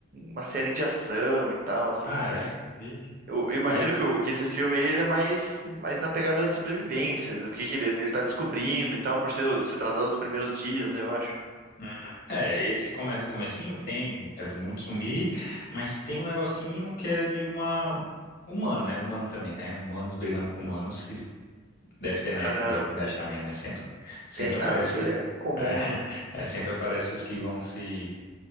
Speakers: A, on the right (about 45°); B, on the left (about 45°).
A: uma série de ação e tal, assim.
B: Ah, é? Ih.
A: Eu imagino
B: Mas
A: que, o- que esse filme aí, ele é mais, mais na pegada de sobrevivência, do que, que ele, ele tá descobrindo e tal, por ser, se tratar dos primeiros dias, né, eu acho.
B: Uhum. É, esse como é do comecinho, tem, é do muito zumbi, mas tem um negocinho que é de uma humana, né? Humano também, né? Humanos brigando com humanos, que deve ter na
A: Aham.
B: Idade também, né? Sempre, sempre
A: Tem-
B: aparece
A: ah, isso
B: o...
A: aí é comum,
B: é,
A: né?
B: <laughs> é, sempre aparece os que vão se